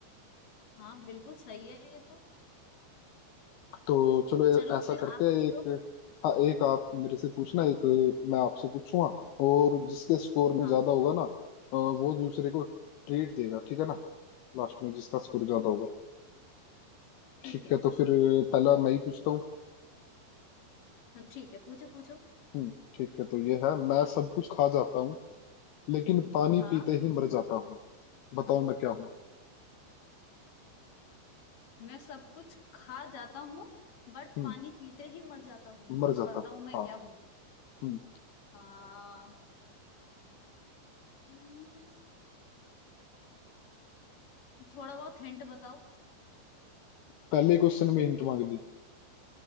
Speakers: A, on the left; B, on the left.
A: हाँ बिल्कुल सही है ये तो
B: तो चलो ए-
A: चलो
B: ऐसा
A: फिर
B: करते
A: आप
B: हैं
A: पूछो
B: एक हाँ एक आप मेरे से पूछना एक मैं आपसे पूछूंगा और जिसके स्कोर में
A: हाँ
B: ज्यादा होगा ना अ, वो दूसरे को ट्रीट देगा ठीक है ना लास्ट में जिसका स्कोर ज्यादा
A: ओके
B: होगा
A: ठीक
B: ठीक
A: है
B: है तो फिर पहला मैं ही पूछता हूँ
A: हाँ ठीक है पूछो पूछो
B: हम्म, ठीक है तो ये है मैं सब कुछ खा जाता हूँ लेकिन पानी
A: हाँ
B: पीते ही मर जाता हूँ बताओ मैं क्या हूँ
A: मैं सब कुछ खा जाता हूँ बट
B: हम्म
A: पानी पीते ही मर जाता हूँ
B: मर जाता
A: बताओ
B: हूँ
A: मैं
B: हाँ
A: क्या हूँ
B: हम्म
A: आ, हम्म, थोड़ा बहुत हिंट बताओ
B: पहले क्वेश्चन में हिंट मांग ली